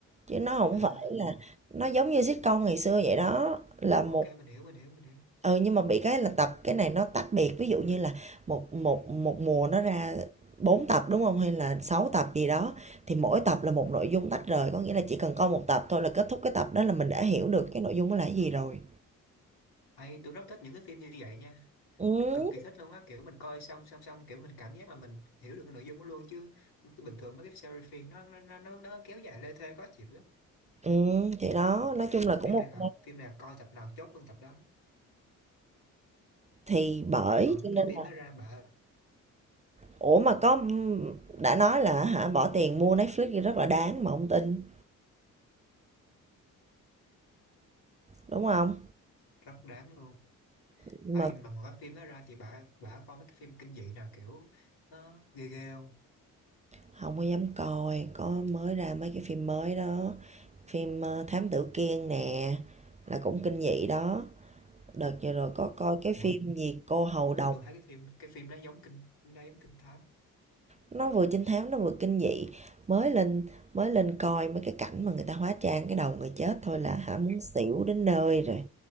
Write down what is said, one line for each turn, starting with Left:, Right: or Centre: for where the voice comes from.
Right: chứ nó không
Left: à
Right: phải là nó giống như sitcom ngày xưa vậy đó, là một
Left: ok mình hiểu mình hiểu mình hiểu
Right: Ừ, nhưng mà bị cái là tập cái này nó tách biệt, ví dụ như là một một một mùa nó ra 4 tập, đúng không Hay là 6 tập gì đó, thì mỗi tập là một nội dung tách rời, có nghĩa là chỉ cần coi một tập thôi là kết thúc cái tập đó là mình đã hiểu được cái nội dung đó là cái gì rồi.
Left: Ây, tôi rất thích những cái phim như vậy nha
Right: Ừm,
Left: cực kỳ thích luôn á kiểu mình coi xong xong xong kiểu mình cảm giác là mình hiểu được cái nội dung đó luôn chứ bình thường mấy cái series phim nó nó nó nó, nó kéo dài lê thê khó chịu lắm
Right: ừm, thì đó, nói chung là cũng
Left: phim
Right: ô
Left: này là phim này là coi tập nào chốt luôn tập đó
Right: Thì bởi
Left: ngồi mấy
Right: cho
Left: cái
Right: nên
Left: phim
Right: là
Left: đó ra bà
Right: ủa, mà có, đã nói là hả bỏ tiền mua Netflix thì rất là đáng mà hông tin, đúng không?
Left: rất đáng luôn
Right: Nhưng
Left: ai
Right: mà
Left: mà ngồi cái phim đó ra thì bà bà coi mấy cái phim kinh dị nào kiểu nó ghê ghê không
Right: hông có dám coi, có mới ra mấy cái phim mới đó. Phim, ờ, Thám Tử Kiên nè, là cũng kinh dị đó. Đợt vừa rồi có coi cái
Left: ủa
Right: phim gì Cô Hầu
Left: tôi,
Right: Độc,
Left: tôi thấy cái phim cái phim đó giống kinh đó giống kinh thám
Right: nó vừa trinh thám nó vừa kinh dị. Mới lên mới lên coi mấy cái cảnh mà người ta hóa trang cái đầu người chết thôi là hả muốn xỉu đến nơi rồi.